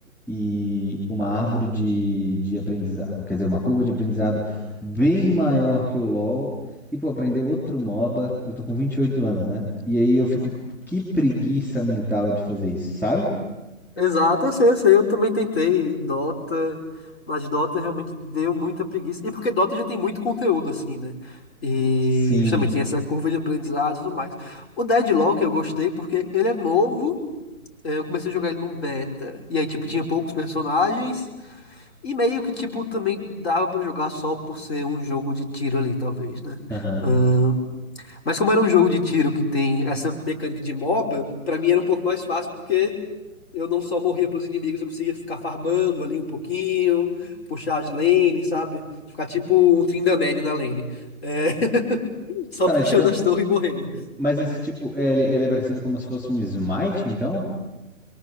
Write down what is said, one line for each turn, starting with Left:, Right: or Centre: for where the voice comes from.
Centre: e uma árvore de, de aprendizado, quer dizer, uma curva de aprendizado bem maior que o LoL, e, pô, aprender outro MOBA, eu tô com 28 anos, né? E aí eu fico, que preguiça mental de fazer isso, sabe?
Left: Exato, eu sei, eu sei. Eu também tentei Dota, mas Dota realmente deu muita preguiça. E porque Dota já tem muito conteúdo, assim, né? E
Centre: Sim,
Left: justamente tem essa curva de aprendizado e tudo mais. O Deadlock eu gostei porque ele é novo. é, Eu comecei a jogar ele num beta. E aí, tipo, tinha poucos personagens. E meio que, tipo, também dava pra jogar só por ser um jogo de tiro ali, talvez, né?
Centre: aham.
Left: Ahn, mas como era um jogo de tiro que tem essa mecânica de MOBA, pra mim era um pouco mais fácil porque eu não só morria para os inimigos, eu conseguia ficar farmando ali um pouquinho, puxar as lanes, sabe? Ficar tipo um Tryndamere na lane. É, <laughs> só
Centre: Tá,
Left: puxando
Centre: mas então,
Left: as torres e morrendo.
Centre: mas esse tipo, é, ele, ele é parecido como se fosse um Smite, então?